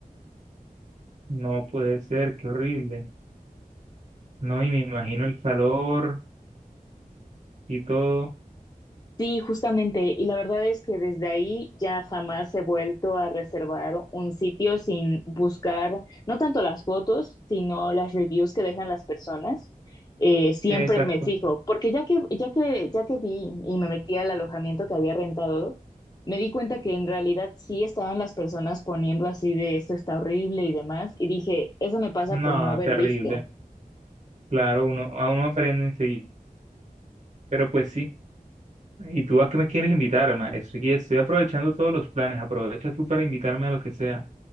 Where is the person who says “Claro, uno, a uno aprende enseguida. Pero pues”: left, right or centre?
Right